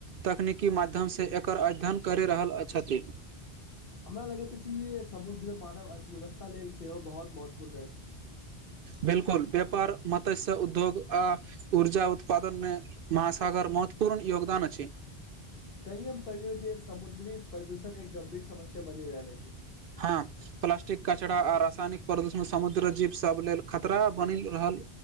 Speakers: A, on the right; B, on the left.
A: तकनीकी माध्यम से से एकर अध्ययन करि रहल छथि
B: हमरा लगैत अछि जे समुद्र मानव अर्थव्यवस्था लेल सेहो बहुत महत्वपूर्ण रह छै
A: बिलकुल व्यापार मत्स्य उद्योग आ ऊर्जा उत्पादन मे महासागर मौत पूर्ण योगदान अछि
B: कलियम पलियो जे समुद्री प्रदूषण एक गंभीर समस्य बनी रहल अछि
A: हँ प्लासस्टिक कचराा आ रासायनिक प्रदूषण समुद्र जीव सब लेल खतरा बनि रहल